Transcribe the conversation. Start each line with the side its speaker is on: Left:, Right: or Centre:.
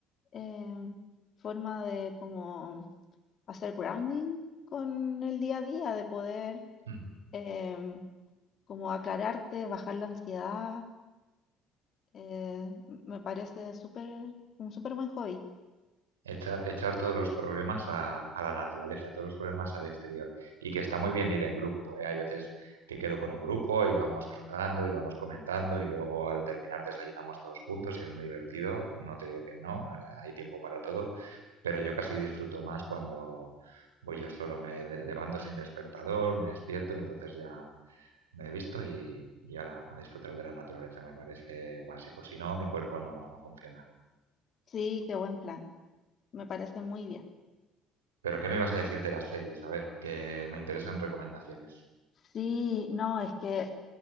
Left: eh, forma de como hacer grounding con el día a día, de poder
Right: Mm.
Left: em, como aclararte, bajar la ansiedad. eh, m- me parece súper, un súper buen hobby.
Right: Echar, echar todos los problemas a, a la naturaleza, todos los problemas al exterior. Y que está muy bien ir en grupo, ¿eh? Hay veces que quedo con un grupo y vamos tratando y vamos comentando y luego al terminar desayunamos todos juntos y es muy divertido. No te digo que no, eh, hay tiempo para todo, pero yo casi disfruto más cuando voy yo solo. Me de- levanto sin despertador, me despierto y entonces ya me he visto y, y ala, a disfrutar de la naturaleza me parece básico. Si no, mi cuerpo no, no funciona.
Left: Sí, qué buen plan. Me parece muy bien.
Right: Pero, ¿qué me ibas a decir de las series? A ver, que me interesan recomendaciones.
Left: Sí, no, es que